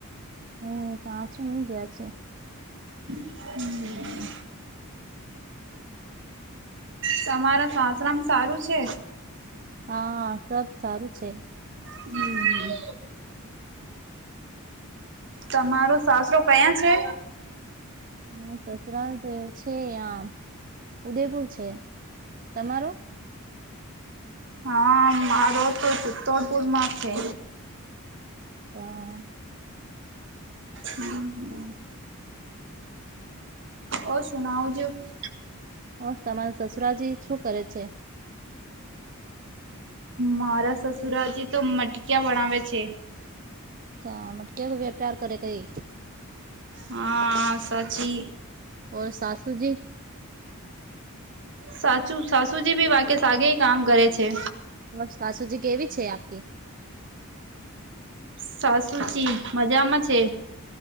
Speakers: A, on the right (about 40°); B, on the right (about 55°).
A: હમ તાચ ની ગયા છે.
B: હમ. તમારા સાસરામાં સારું છે?
A: હા સબ સારું છે.
B: હમ. તમારું સાસરો કયાં છે?
A: હ સસુરાલ તો છે આં ઉદેપુર છે તમારો?
B: હા મારો તો સિત્તોડપુરમાં છે.
A: હા.
B: હમ. ઓ સુનાઓ જો- -
A: હો તમારી સસુરાજી શું કરે છે?
B: મારા સસુરાજી તો મટકિયા વણાવે છે.
A: સા મટકીયા કો વ્યાપાર કરે કઈ?
B: હા સાચી.
A: ઓર સાસુ જી?
B: સાચુ સાસુજી ભી વાકે સાગે કામ કરે છે.
A: વ સાસુજી કેવી છે આપકી?
B: સાસુ જી મજામાં છે.